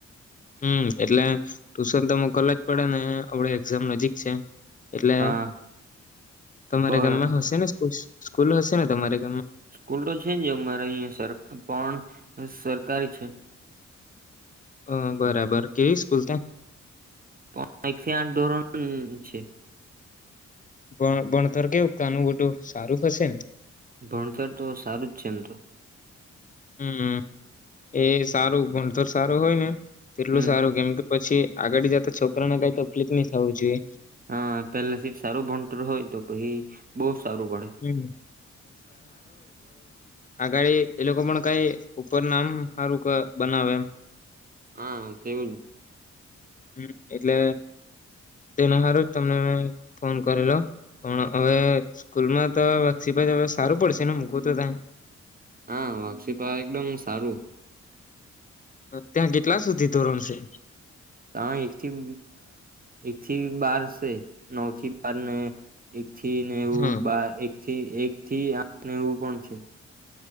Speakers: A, on the left (about 25°); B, on the right (about 30°).
A: હમ એટલે ટુશન તો મોકલલા જ પડે ને આપડ એક્ઝામ નજીક છે. એટલે
B: હા
A: તમારા
B: બરોબર
A: ગામમાં હશે ને. સ્કૂલ હશે ને તમારે.
B: સ્કૂલ તો છે જ અમારે અહીં સર પણ હ સરકારી છે.
A: હ બરાબર કેવી સ્કૂલ ત્યા
B: પણ એક સ આઠ ધોરણ છે.
A: ભ ભણતર કેવું કનું બધું સારું થશે ને.
B: ભણતર તો સારું જ છે એમ તો
A: હમ એ સારું ભણતર સારું હોય ને. તેટલું
B: હમ
A: સારું કેમ કે પછી આગળી જતા છોકરાને કઈ તો ફ્લિક મિસ આવવું જોઈએ.
B: હા પેલા સીટ સારું ભણતર હોય તો પછી બહુ સારું પડે.
A: હમ આગાળ એ લોકો પણ કઈ ઉપર નામ સારું બનાવે એમ.
B: હા તેવું જ
A: હમ એટલે તેને સારું જ તમને મે ફોન કરલો પણ હવે સ્કૂલમાં તો વક્ષિપ જ હવે સારું પડશે ને મૂકવું તો ત
B: હા વાક્ષીપ એકદમ સારું
A: ત્યાં કેટલા સુધી ધોરણ છે
B: હા એક થી એક થી બાર છે નવ થી બાર ને એક થી ને એવું
A: હા
B: એક થી એક થી આઠ નેવું પણ છે